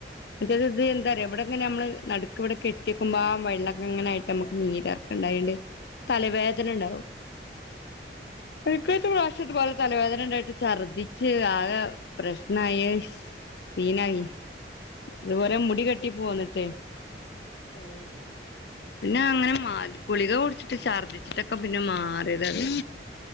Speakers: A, on the left; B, on the left.
A: മറ്റേത് ഇത് എന്താറിയോ ഇവിടെങ്ങെനെ നമ്മള് നടുക്ക് ഇവിടെക്കെട്ടിക്കുമ്പോ
B: കുടിച്ച്
A: ആ വെള്ളൊക്കെങ്ങനൊയിട്ട്
B: അത്
A: നമക്ക് നീരറങ്ങും ഇണ്ടായിണ്ട് തലവേദനണ്ടാവും പിക്കത്ത് പ്രാവശ്യതുപോലെ തലവേദന ഉണ്ടായിട്ട് ഛർദ്ദിച്ച് ആകെ പ്രശ്നമായി സീനായി ഇതുപോരെ മുടി കെട്ടി പോന്നിട്ടേ
B: ആഹ്
A: പിന്നെ അങ്ങനെ മാറി ഗുളിക കുടിച്ചിട്ട് ഛർദിച്ചിട്ടൊക്കെ പി പിന്നെ മാറിയതത്